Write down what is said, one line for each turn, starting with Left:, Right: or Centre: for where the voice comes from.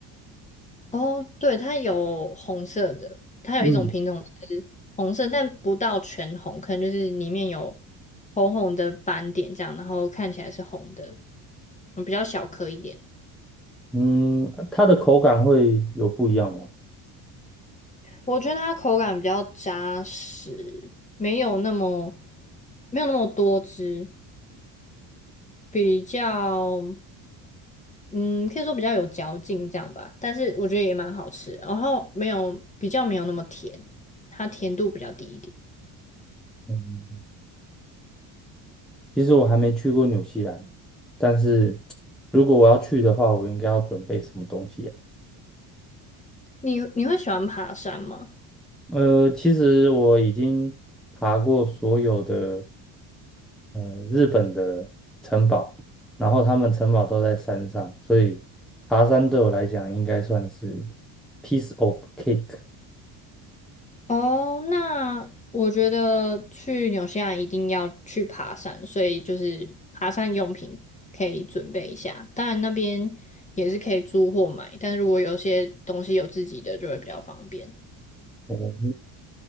Left: 哦，对，它有红色的，它有一种品种是红色，
Centre: 嗯，
Left: 但不到全红，可能就是里面有红红的斑点这样，然后看起来是红的，嗯，比较小颗一点。
Centre: 嗯，它的口感会有不一样吗？
Left: 我觉得它口感比较扎实，没有那么没有那么多汁，比较嗯，可以说比较有嚼劲这样吧。但是我觉得也蛮好吃，然后没有比较没有那么甜，它甜度比较低一点。
Centre: 嗯其实我还没去过纽西兰，但是如果我要去的话，我应该要准备什么东西啊？
Left: 你你会喜欢爬山吗？
Centre: 呃，其实我已经爬过所有的呃日本的城堡，然后他们城堡都在山上，所以爬山对我来讲应该算是 piece of cake。
Left: 哦，那我觉得去纽西兰一定要去爬山，所以就是爬山用品可以准备一下。当然那边也是可以租或买，但是如果有些东西有自己的就会比较方便。
Centre: 哦，